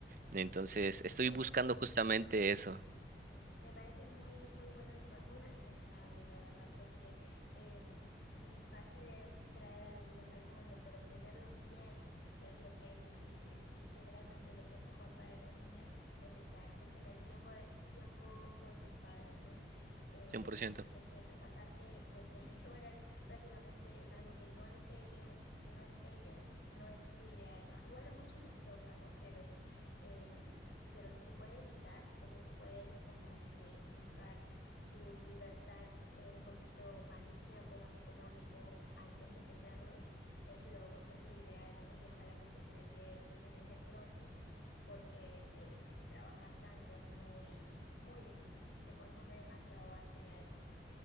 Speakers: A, on the right; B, on the left.
A: Entonces, estoy
B: Qué
A: buscando
B: bueno que pienses
A: justamente
B: así.
A: eso,
B: Me parece muy, muy bueno de tu parte, muy responsable, la verdad, porque eh, mm, fácil es traer a los hijos al mundo, pero tenerlos bien es lo que es difícil. Y generalmente lo que es mejor para los niños es estar, es tener tiempo de, tiempo con sus padres, ¿no? Eh,
A: cien por ciento
B: Es cierto, pasarte pues <laughs> 20 horas prácticamente en algo que no es ellos, que no es ellos, no es lo ideal, ¿no? Igual a muchos les toca, ¿no? Pero em, pero si se puede evitar, o sea, si puedes como que buscar tu libertad eh, un poquito más de tiempo, más económico antes de tenerlos, es lo, es lo ideal, ¿no? Y ojalá pues que se les dé, que se les dé pronto, porque eh, si trabajar tanto es muy, muy difícil, te consume demasiado hasta el alma.